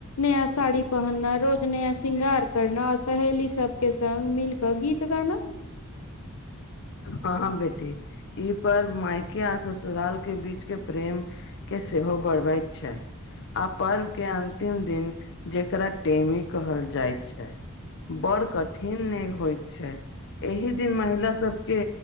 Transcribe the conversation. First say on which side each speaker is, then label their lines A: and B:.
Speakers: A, on the left; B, on the left.
A: नया साड़ी पहनना रोज नया शृंगार करना सहेली सबके संग मिल त गीत गाना
B: हँ हँ बेटी ई पर्व मायके आ ससुराल के बीच के प्रेम के सेहो बढ़बैत छै आ पर्व के अंतिम दिन जेकरा टेमी कहल जायत छै बड़ कठिन नहि होइत छै एहि दिन महिला सबके